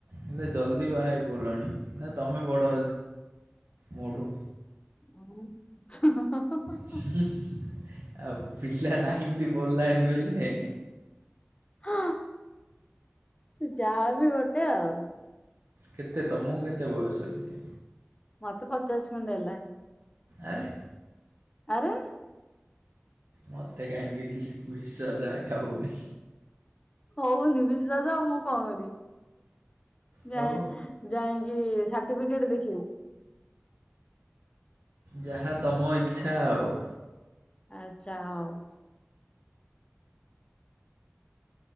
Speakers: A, on the right; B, on the left.
A: ହେଲେ ଜଲ୍ଦି ବାହା ହେପଡ଼ିଲଣି ନା ତମେ ବଡ଼ ମୋ ଠୁ
B: ହ ହ ହ ହ ହ ହ।
A: ଆଉ ପିଲା ନାଇଁଥ ପଡ଼ିଲାଣି ବୋଇଲେ
B: ହ ଯାହାବି ଗୋଟେ ଆଉ।
A: କେତେ ତମକୁ କେତେ ବୟସ ହେଇଛି?
B: ମତେ ପଚାଶ ଖଣ୍ଡେ ହେଲାଣି।
A: ଆରେ
B: ଆରେ
A: ମୋତେ କାହିଁ ବିଲିଭ ବିଶ୍ୱାସ ଆକା ହଉନି।
B: ହଉନି ବିଶ୍ୱାସ ଆଉ ମୁଁ କଣ କରିବି।
A: ହଉ
B: ଯଏ ଯାଇକି ସାର୍ଟିଫିକେଟ ଦେଖେଇବି।
A: ଯାହା ତମ ଇଚ୍ଛା ଆଉ।
B: ଆଚ୍ଛା ହଉ।